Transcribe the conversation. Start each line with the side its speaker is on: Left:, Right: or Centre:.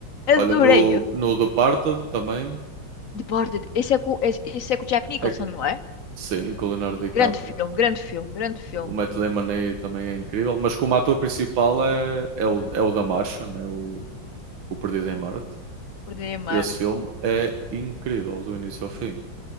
Left: Adorei-o.
Right: Olha, no, no Departed também.
Left: Departed. Esse é, com, esse, esse é com o Jack Nicholson,
Right: É,
Left: não é?
Right: sim, e com o Leonardo DiCaprio.
Left: Grande filme, grande filme, grande filme.
Right: O Matt Damon aí também é incrível, mas como ator principal é, é, o, é o da Martian, é o, o Perdido em Marte.
Left: Perdido em Marte.
Right: Esse filme é incrível do início ao fim.